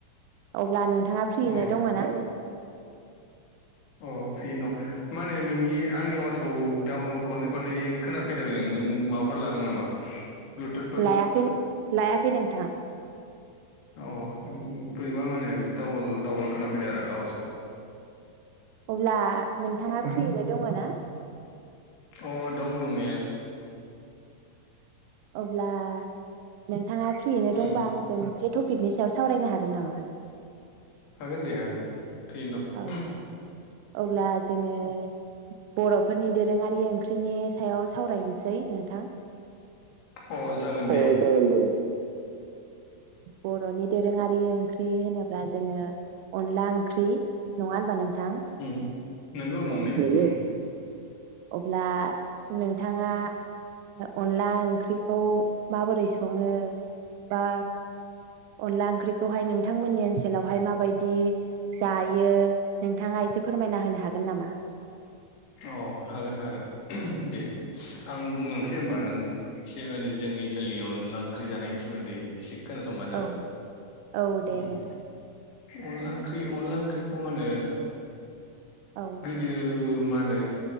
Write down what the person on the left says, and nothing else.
औ
अ फ्रियै नो दं माने नोंनि आंनि आवाजखौ ग खननै खनै खोनाफै जाबाय नों नों माबाफोर लादो। दं नामा। ब्लुथुथफोर
औ बोरैबा माने डाबल डाबल खानाफैदोआरो आवाजखौ।
अ दं दंनायालाय।
उम
हागोन दे हागोन फ्रियैनो दं।
दं जागोन दे
उम नंगौ नंनाया
उम
अ हागोन हागोन दे आं बुंलांसै होमबा नों एसे माने जों नि ओनसोलनि अनला ओंख्रि जानायनि सोमोन्दै एसे खोनासंबानो जाबाय
उम।
अनला ओंख्रि अनला ओंख्रिखौ मा होनो
गोदो नो